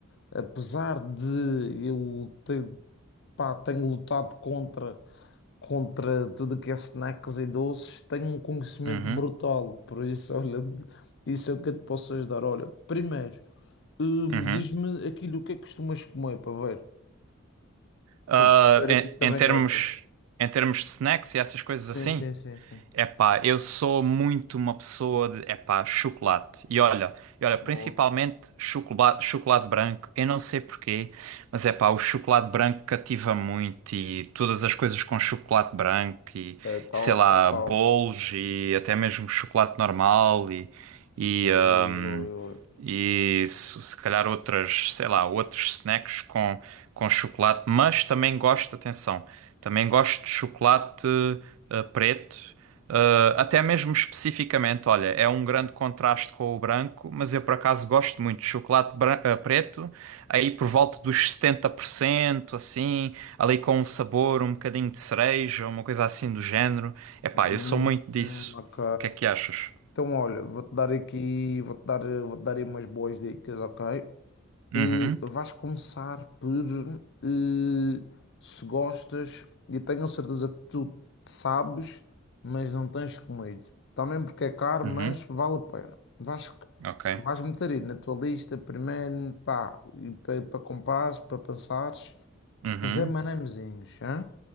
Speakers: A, on the left; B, on the right.
A: Apesar de eu ter, pá, tenho lutado contra, contra tudo que é snacks e doces, tenho um conhecimento
B: Uhum,
A: brutal. Por isso, <laughs> olha, isso é o que eu te posso ajudar. Olha, primeiro, hum,
B: uhum.
A: diz-me aquilo o que é que costumas comer para ver,
B: Ah,
A: para perceber
B: em,
A: aquilo que também
B: em termos,
A: gostas.
B: em termos de snacks e essas coisas
A: Sim,
B: assim,
A: sim, sim, sim.
B: Epá, eu sou muito uma pessoa de, epá, chocolate. E olha, e olha, principalmente
A: Boa.
B: chocolate, chocolate branco. Eu não sei porquê, mas epá, o chocolate branco cativa muito e todas as coisas com chocolate branco e
A: É top,
B: sei lá,
A: é top.
B: bolos e até mesmo chocolate normal e, e,
A: Ui,
B: ah,
A: ui, ui.
B: e se, se calhar outras, sei lá, outros snacks com, com chocolate, mas também gosto, atenção, também gosto de chocolate eh, preto, eh, até mesmo especificamente, olha, é um grande contraste com o branco, mas eu por acaso gosto muito de chocolate bran- eh, preto, aí por volta dos 70% assim, ali com um sabor, um bocadinho de cereja, uma coisa assim do género. Epá,
A: Hum,
B: eu sou muito disso.
A: hum, ok.
B: O que é que achas?
A: Então, olha, vou-te dar aqui, vou-te dar, eh, vou-te dar aí umas boas dicas, ok?
B: Uhum,
A: Eh, vais começar por eh, se gostas, e tenho a certeza que tu sabes, mas não tens comido. Também porque é caro,
B: uhum,
A: mas vale a pena. Vais,
B: ok.
A: vais meter aí na tua lista primeiro, pá, e para para comprares, para pensares.
B: Uhum.
A: Os M&Mzinhos, hã?